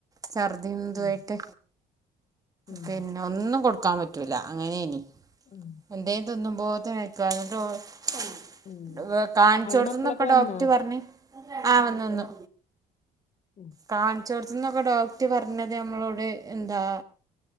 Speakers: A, on the right; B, on the left.
A: ഛർദ്ദിം ഇതുആയിട്ട്
B: ഉം ഉം
A: പിന്നെ ഒന്നും കൊടുക്കാൻ പറ്റൂല അങ്ങനേനി
B: ഉം
A: എന്തേ തിന്നുമ്പോതിൻ <unintelligible>
B: ആഹ്
A: കാണിച്ചോട്ത്ത്ന്നൊക്കെ
B: അവിടെ മക്കളൊക്കെ വന്നാ
A: ഡോക്ടർ പർഞ്ഞ് ആ വന്ന് വന്ന്
B: ഉം
A: കാൺച്ചോട്ത്ത്ന്നൊക്കെ ഡോക്ടർ പർഞ്ഞത് നമ്മളോട് എന്താ